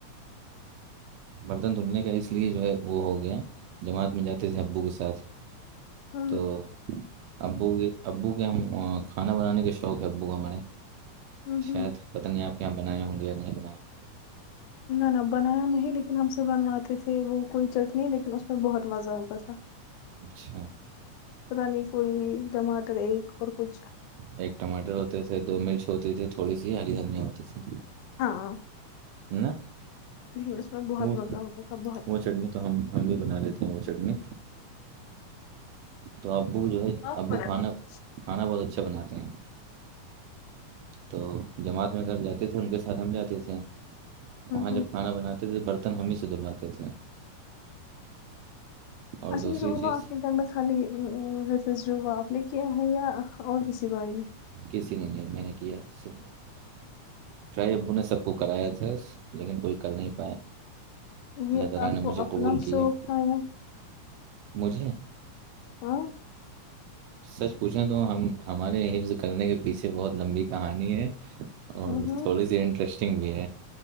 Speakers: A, on the right; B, on the left.
A: برتن دھلنے کا اس لیے جو ہے وہ ہو گیا جماعت میں جاتے تھے ابو کے ساتھ
B: ہ
A: تو ابو کے ابو کے ہم کھانا بنانے کے شوق ہے ابو کو ہمارے
B: ہ
A: شاید پت نہیں آپ کے یہاں بنائے ہوں گے یا نہیں بنائے ہوں گے
B: نہ نہ بنایا نہیں لیکن ہم سے بنواتے تھے وہ کوئی چٹنی لیکن اس میں بہت مزہ ہوتا تھا
A: اچھا
B: پت نہیں کوئی ٹماٹر ایک اور کچھ
A: ایک ٹماٹر ہوتے تھے دو مرچ ہوتی تھی تھوڑی سی ہری دھنیا ہوتی تھی
B: ہاں
A: ہے نا
B: پس میں بہت
A: وہ
B: مزہ ہوتا تھا بہت
A: وہ چٹنی تو ہم بھی بنا لیتے ہیں وہ چٹنی تو ابو جو ہے ابو
B: ہوں
A: کھانا کھانا بہت اچھا بناتے ہیں تو جماعت میں گھر جاتے تھے ان کے ساتھ ہم جاتے تھے وہاں
B: ہوں
A: جب کھانا بناتے تھے بر ہم ہی سے دلہواتے تھے اور
B: ا
A: دوسری
B: شماتی
A: چیز
B: میں خالی جواپ نے کیا ہے یا اور کسی گائی نے
A: کسی نے نہیں میں نے کیا صرف شاہی ابو نے سب کو کرایا تھا لیکن کوئی کر نہیں پایا اللہ
B: یہ
A: تعالی
B: آپ
A: نے
B: کو
A: مجھے
B: اپنا
A: قبول کی
B: شوق
A: ہے
B: تھا یا
A: مجھے
B: ہاں
A: سچ پوچھیں تو ہم ہمارے حفظ کرنے کے پیچھے بہت لمبی کہانی ہے اور
B: ہوں ہوں
A: تھوڑی سی انٹرسٹنگ بھی ہے